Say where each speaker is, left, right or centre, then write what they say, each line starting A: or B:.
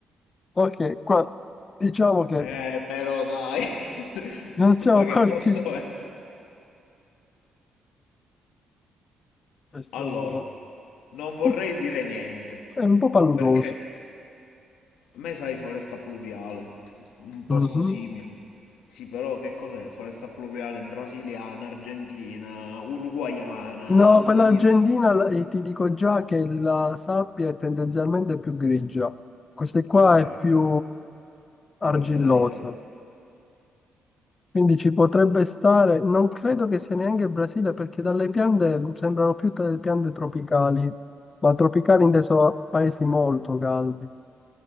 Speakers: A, on the left; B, on the left.
A: Ok, qua diciamo che
B: Eh, però dai. <laughs>
A: non siamo
B: Ma che
A: partiti.
B: posto è?
A: Questo
B: Allora, non vorrei
A: uh,
B: dire niente,
A: è un po' paludoso.
B: perché a me sai foresta pluviale, un posto
A: Mhm.
B: simile. Sì, però che cos'è? Foresta pluviale brasiliana, argentina, uruguaiana,
A: No,
B: andina.
A: quella argentina la- eh, ti dico già che la sabbia è tendenzialmente più grigia, questa qua
B: Ok,
A: è più argillosa,
B: brasileira.
A: quindi ci potrebbe stare, non credo che sia neanche il Brasile perché dalle piante sembrano più delle piante tropicali, ma tropicali inteso a paesi molto caldi,